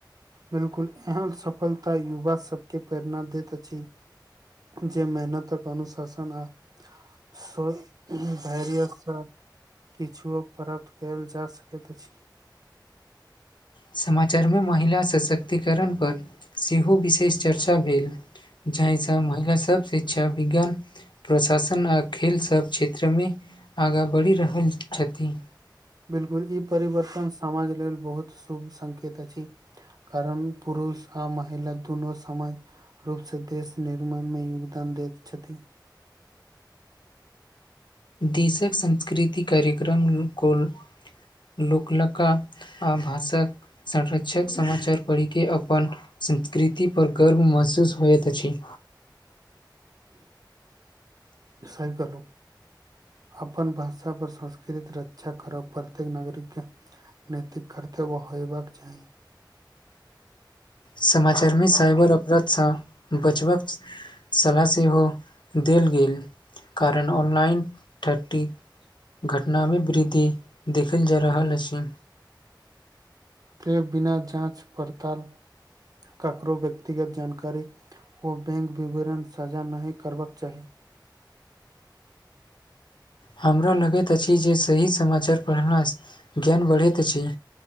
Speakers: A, on the right; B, on the left.
A: बिल्कुल एहन सफलता युवा सबके प्रेरणा दैत अछि जे मेहनतक अनुशासन आ सब धैर्य सङ्ग किछुअ प्राप्त कयल जा सकैत अछि
B: समाचारमे महिला सशक्तिकरणपर सेहो विशेष चर्चा भेल जहिसँ महिला सब शिक्षा विज्ञान प्रशासन आ खेलसब क्षेत्रमे आगाँ बढ़ि रहल छथि
A: बिलकुल ई परिवर्तन समाज लेल बहुत शुभ संकेत अछि कारण पुरुष आ महिला दुनू समाज रूपसँ देश निर्माणमे योगदान दैत छथि
B: देशक संस्कृति कार्यक्रम को लोकलका आ भाषाक संरक्षक समाचार पढ़िके अपन संस्कृति पर गर्व महसूस होइत अछि
A: सही कहलौं अपन भाषा पर संस्कृत रक्षा कर परतै नागरिकके नैतिक कर्तव्य होयबाक चाही
B: समाचारमे साइबर अपराधसँ बचबाक सलाह सेहो देल गेल कारण ऑनलाइन थतीक घटनामे वृद्धि देखल जा रहल अछि
A: ते बिना जाँच पड़ताल ककरो व्यक्तिगत जानकारी ओ बैंक विवरण साझा नहि करबाक चाही
B: हमरा लगैत अछि जे सही समाचार पढ़लासँ ज्ञान बढ़ैत अछि